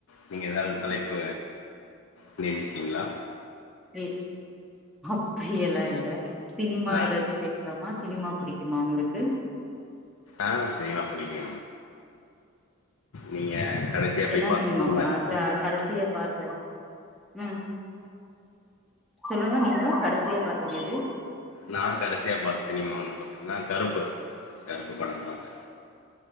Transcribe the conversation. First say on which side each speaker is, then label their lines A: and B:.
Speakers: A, on the left; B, in the centre.
A: நீங்க எதாது தலைப்பு பண்ணி வச்சிருக்கீங்களா
B: ம் அப்டி எல்லா இல்ல சினிமா
A: ஆ
B: எதாச்சி பேசலாமா சினிமா புடிக்குமா உங்களுக்கு
A: அ சினிமா புடிக்கு நீங்க கடைசியா போய்
B: என்னா
A: பார்த்த
B: சினிமா பாக்கற
A: என்னது
B: கடசிய பாத்தே ம் சொல்லுங்கோ நீங்கோ கடசியா பாத்த தெரியாது
A: நா கடைசியா பாத்த சினிமா வந்து பாத்தீங்கன்னா கருப்பு கருப்பு படம் பாத்தே